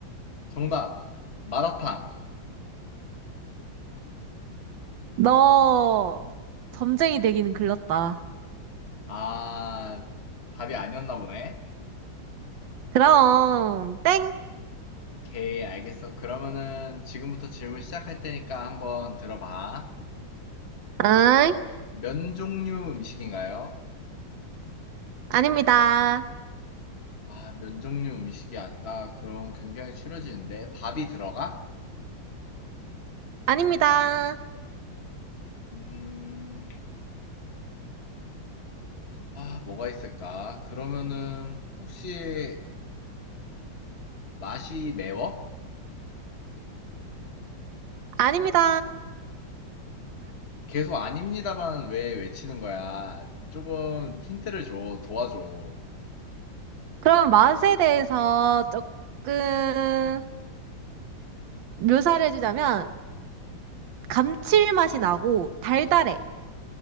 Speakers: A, on the left (about 40°); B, on the right (about 70°).
A: 정답! 마라탕.
B: 너 점쟁이 되기는 글렀다.
A: 아, 답이 아니었나 보네.
B: 그럼 땡.
A: 오케이, 알겠어. 그러면은 지금부터 질문 시작할 테니까 한번 들어봐.
B: 아이,
A: 면 종류 음식인가요?
B: 아닙니다.
A: 아, 면 종류 음식이 아니다. 그럼 굉장히 추려지는데. 밥이 들어가?
B: 아닙니다.
A: 음, 아, 뭐가 있을까? 그러면은 혹시 맛이 매워?
B: 아닙니다.
A: 계속 아닙니다만 왜 외치는 거야? 조금 힌트를 줘, 도와줘.
B: 그럼 맛에 대해서 조금 묘사를 해주자면 감칠맛이 나고 달달해.